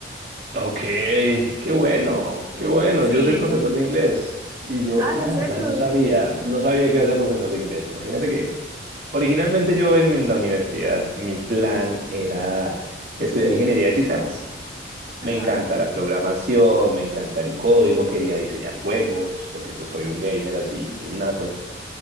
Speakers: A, on the right (about 55°); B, on the right (about 15°).
A: Ok, qué bueno, qué bueno.
B: Sí.
A: Yo soy profesor de inglés y yo
B: Ah,
A: la
B: ¿en serio?
A: verdad no sabía, no sabía que iba a ser profesor de inglés. Imagínate que originalmente yo en la universidad, mi plan era estudiar ingeniería de sistemas.
B: Ajá,
A: Me encanta la programación, me encanta el código, quería diseñar juegos, porque pues soy un gamer así innato.